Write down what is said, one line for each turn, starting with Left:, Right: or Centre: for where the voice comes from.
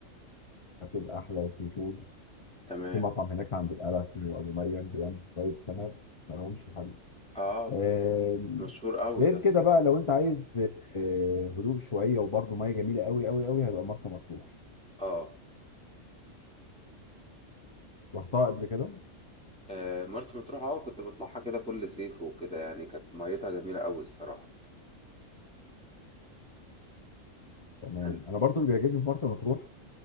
Left: بتاكل احلى سي فود
Centre: تمام
Left: في مطعم هناك عند القلعه اسمه ابو مريم بيعمل شويه سمك ما لهمش حل
Centre: اه
Left: آه،
Centre: مشهور قوي
Left: غير
Centre: ده
Left: كده بقى لو انت عايز آه، هدوء شويه وبرضو ميه جميله قوي قوي قوي هيبقى مرسى مطروح
Centre: اه
Left: رحتها قبل كده
Centre: آه، مرسى مطروح اه كنت بطلعها كده كل صيف وكده يعني كانت ميتها جميلة أوي الصراحة
Left: تمام
Centre: أنا...
Left: انا برضو اللي بيعجبني في مرسى مطروح